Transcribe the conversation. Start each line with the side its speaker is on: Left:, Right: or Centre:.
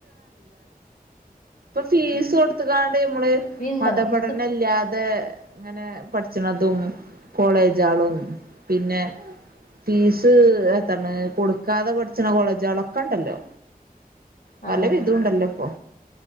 Right: പൊ ഫീസൊട്ത്കാൺ ട് മ്മള്
Left: ഫീ ഉണ്ടോ
Right: മതപഠനല്ലാതെ
Left: ഫീസ്
Right: ങ്ങനെ പഠിച്ച്ണതും കോളേജാളു പിന്നെ ഫീസ് ആ തന്നെ കൊടുക്കാതെ കൊട് ച്ച്ണകോളേജാളൊക്കെ ണ്ടല്ലോ പല
Left: ആഹ്
Right: വിധുണ്ടല്ലോ ഇപ്പൊ